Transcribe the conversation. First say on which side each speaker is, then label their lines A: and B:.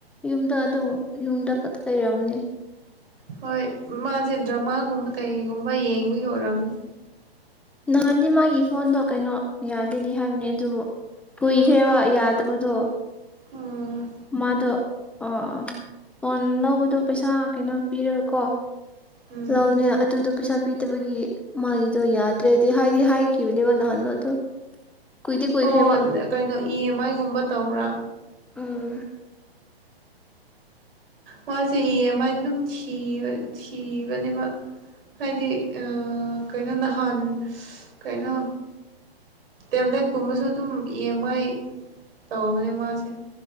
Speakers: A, in the centre; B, on the right.
A: ꯌꯨꯝꯗ ꯑꯗꯨꯝ ꯌꯨꯝꯗ ꯈ ꯂꯩꯔꯝꯃꯅꯤ
B: ꯍꯣꯏ ꯃꯥꯁꯦ ꯗ꯭ꯔꯃꯥꯒꯨꯝꯕ ꯀꯩꯒꯨꯝꯕ ꯌꯦꯡꯕ ꯌ ꯑꯣꯏꯔꯝꯅꯤ
A: ꯅꯍꯥꯟꯗꯤ ꯃꯥꯒꯤ ꯐꯣꯟꯗꯣ ꯀꯩꯅꯣ ꯌꯥꯗꯦꯗꯤ ꯍꯥꯏꯕꯅꯦ ꯑꯗꯨꯕꯨ ꯀꯨꯏꯈ꯭ꯔꯦꯕ ꯌꯥꯗꯕꯗꯣ
B: ꯎꯝ
A: ꯃꯥꯗꯣ ꯑꯣ ꯐꯣꯟ ꯂꯧꯕꯗꯣ ꯄꯩꯁꯥ ꯀꯩꯅꯣ ꯄꯤꯔꯒꯀꯣ
B: ꯎꯝ
A: ꯂꯥꯎꯅꯦ ꯑꯗꯨꯗꯣ ꯄꯩꯁꯥ ꯄꯤꯗꯕꯒꯤ ꯃꯥꯒꯤꯗꯣ ꯌꯥꯗ ꯠꯇ꯭ꯔꯦꯗꯤ ꯍꯥꯏꯗꯤ ꯍꯥꯏꯈꯤꯕꯅꯦꯕ ꯅꯍꯥꯟꯂꯣ ꯑꯗꯨꯣ ꯀꯨꯏꯗꯤ ꯀꯨꯏꯈ꯭ꯔꯦꯕ
B: ꯑꯣ ꯀꯩꯅꯣ ꯏ ꯑꯦꯝ ꯑꯥꯏꯒꯨꯝꯕ ꯇꯧꯔꯥ
A: ꯎꯝ <unintelligible>
B: ꯃꯥꯁꯦ ꯏ ꯃꯥꯥꯏꯅ ꯑꯗꯨꯝ ꯊꯤꯕꯅꯦꯕ ꯍꯥꯏꯗꯤ ꯀꯩꯅꯣ ꯅꯍꯥꯟ ꯀꯩꯅꯣ ꯇꯦꯕ꯭ꯂꯦꯠꯀꯨꯝꯕꯁꯨ ꯑꯗꯨꯝ ꯏꯦꯝ ꯑꯥꯏ ꯇꯧꯕꯅꯦ ꯃꯥꯁꯦ